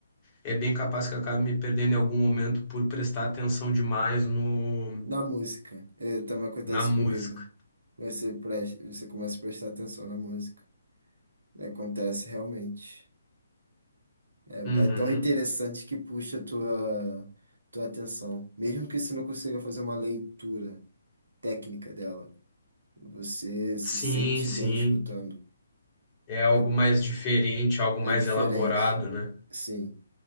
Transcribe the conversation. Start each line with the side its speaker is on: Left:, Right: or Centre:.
Left: é bem capaz que eu acabe me perdendo em algum momento por prestar atenção demais no,
Right: Na música, é, também acontece
Left: na música.
Right: comigo. Você, presta, você começa a prestar atenção na música. Acontece realmente. É,
Left: Uhum.
Right: é tão interessante que puxa a tua, tua atenção. Mesmo que você não consiga fazer uma leitura. técnica dela. Você se
Left: Sim,
Right: sente
Left: sim.
Right: bem escutando.
Left: É algo
Right: É,
Left: mais diferente, algo mais
Right: é diferente,
Left: elaborado, né?
Right: sim.